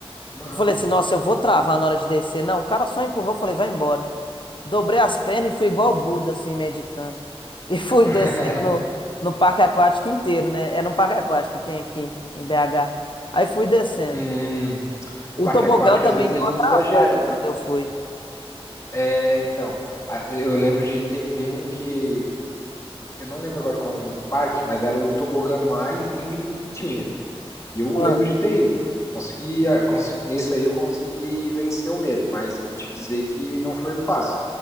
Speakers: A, on the left; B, on the left.
A: Ah,
B: Eu falei
A: bom.
B: assim, nossa, eu vou travar na hora de descer. Não, o cara só empurrou, eu falei, vai embora. Dobrei as pernas e fui igual o Buda, assim, meditando. <laughs> E fui
A: <laughs>
B: descendo no, no parque aquático inteiro, né? É no parque aquático que tem aqui em BH. Aí fui descendo.
A: Hum,
B: O
A: parque
B: tobogão
A: aquático,
B: também
A: às vezes
B: deu
A: eles
B: uma travada
A: exageram, né?
B: quando eu fui.
A: É, então, a- eu lembro de. Tem, tem um que. Eu não lembro agora qual é o nome do parque, mas era o tobogã mais íngreme que tinha. E eu
B: Ah.
A: lembro de ter ido. Consegui, a- consi- nesse aí eu consegui vencer o medo, mas vou te dizer que não foi fácil.